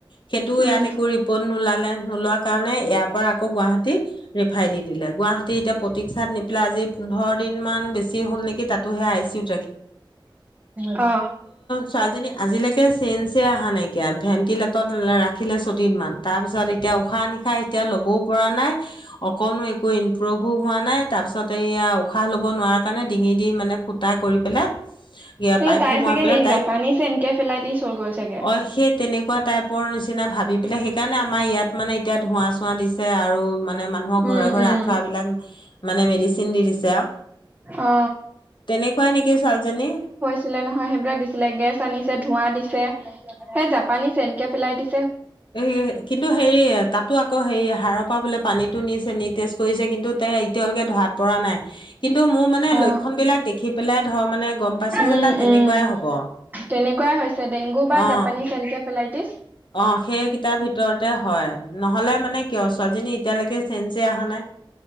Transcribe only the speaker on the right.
উম
অ
এই
তাই
চাগে
হেৰি
জাপানী চেনকে পেলাই দি চল গ'ল চাগে
উম
উম
অ
ছিলে নহয় সেইবিলাক দিছিলে গেছ আনিছে ধোঁৱা দিছে সেই জাপানিচ এনকে পেলাই দি
অ
উম
উম
তেনেকুৱাই হৈছে ডেংগু বা
জাপানী চ এনকে ফেলাইটিছ